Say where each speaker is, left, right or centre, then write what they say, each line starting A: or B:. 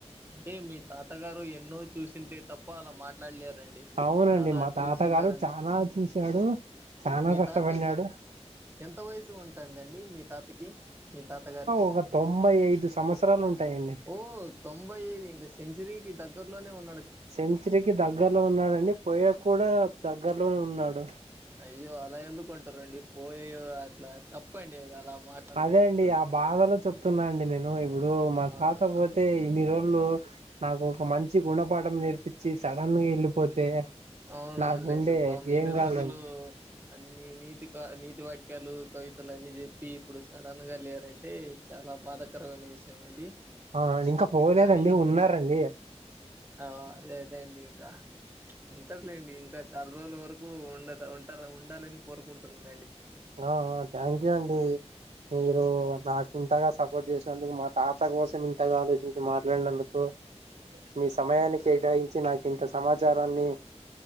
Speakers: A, on the right; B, on the right.
A: అంటే మీ తాతగారు ఎన్నో చూసుంటే తప్ప అలా మాట్లాడలే రండి
B: అవునండి
A: చాలా
B: మా
A: చూసింటారం
B: తాతగారు చాలా చూశాడు చానా
A: మీ
B: కష్టపడినాడు
A: తాతకి ఎంత వయసు ఉంటందండి మీ తాతకి మీ తాత గారికి
B: ఒక తొంభై ఐదు సంవత్సరాలు ఉంటాయండి
A: ఓహ్ తొంభై ఐదె ఇంక సెంచరీకి దగ్గరలోనే ఉన్న
B: సెంచరీకి దగ్గరలో ఉన్నాడండి పోయకూడా దగ్గరలోనే ఉన్నాడు
A: అయ్యో అలా ఎందుకుంటరండి ఇప్పు పోయే అట్ల తప్పండి అలా మాట్లాడకూడదండి
B: అదే అండి ఆ బాధలో చెప్తున్నా అండి నేను ఇప్పుడు మా
A: ఆ
B: తాత పోతే ఇన్నిరోజు లు నాకు ఒక మంచి గుణపాఠం నేర్పించి సడన్ గా వెళ్ళిపోతే
A: అవున
B: నాకుండే
A: అవునులేండి పాపం ఇన్ని
B: ఏం కావాలండి
A: రోజులు అన్ని నీతి కా నీతి వాక్యాలు కవితలు అన్ని చెప్పి ఇప్పుడు సడన్ గా లేరంటే చా లా బాధాకరమైన విషయం అండి
B: ఆ ఇంకా పోలేదండి
A: కానీ
B: ఉన్నారండి
A: ఆ అదే అదేండింగా ఉంటరులేండి ఇంకా చాలా రోజుల వరకు ఉండతా ఉంట ఉండాలని కోరుకుంటున్నా
B: ఆ అ థ్యాంక్యూ అండి మీరు
A: ఉమ్
B: నాకు ఇంతగా సపోర్ట్ చేసినందుకు మా తాత కోసం ఇంతగా ఆలోచించి మాట్లాడినందుకు మీ సమయాన్ని కేటాయించి నాకు ఇంత సమాచారాన్ని